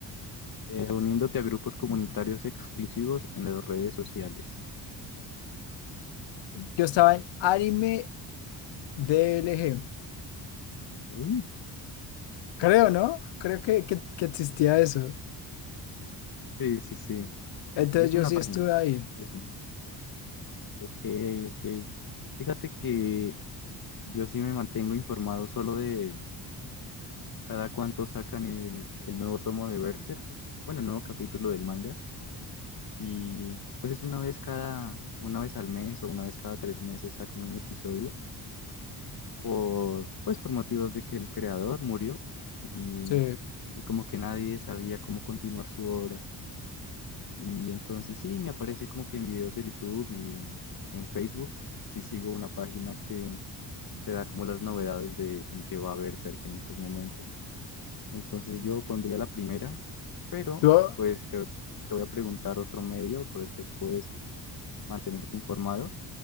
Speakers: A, on the left; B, on the left.
A: Eh, uniéndote a grupos comunitarios exclusivos en las redes sociales.
B: Yo estaba en anime DLG.
A: Uy,
B: Creo, ¿no? Creo que, que, que existía eso.
A: sí, sí, sí.
B: Entonces
A: Es
B: yo
A: una
B: sí
A: página.
B: estuve ahí.
A: sí es una Ok, ok. Fíjate que yo sí me mantengo informado solo de cada cuánto sacan el, el nuevo tomo de Berserk, bueno, el nuevo capítulo del manga. Y pues es una vez cada, una vez al mes o una vez cada tres meses sacan un episodio por, pues por motivos de que el creador murió y,
B: Sí.
A: y como que nadie sabía cómo continuar su obra. Y entonces sí, me aparece como que en videos de YouTube y en Facebook, sí sigo una página que te da como las novedades de en qué va a haber cerca en estos momentos. Entonces yo pondría la primera, pero
B: Yo,
A: pues te, te voy a preguntar otro medio por el que puedes que- mantenerte informado,